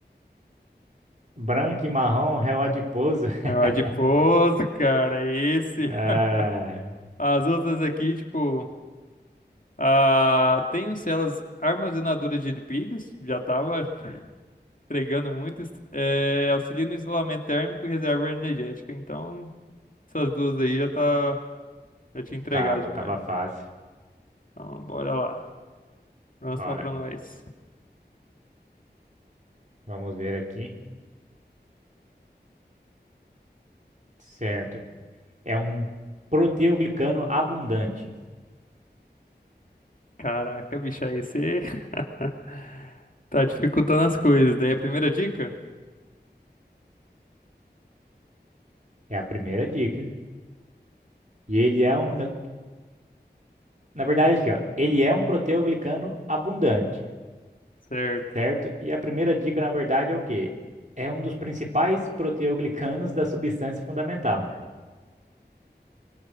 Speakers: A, on the right; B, on the left.
A: Branco e marrom, é o adiposo. <laughs>
B: É o adiposo, cara, é esse.
A: Ah,
B: <laughs> As outras aqui, tipo, ah, tenho células armazenadoras de lipídios, já tava entregando muito, est- é, auxilia no isolamento térmico e reserva energética. Então, essas duas aí já tá, já tinha entregado
A: Tava,
B: demais.
A: tava fácil.
B: Então, bora lá. Próxima
A: Bora.
B: pra nós.
A: Vamos ver aqui. Certo. É um proteoglicano abundante.
B: Caraca, bicho, aí você <laughs> tá dificultando as coisas. Daí a primeira dica?
A: É a primeira dica. E ele é um. Na, na verdade, aqui, ó. Ele é um proteoglicano abundante.
B: Certo.
A: Certo? E a primeira dica, na verdade, é o quê? É um dos principais proteoglicanos da substância fundamental.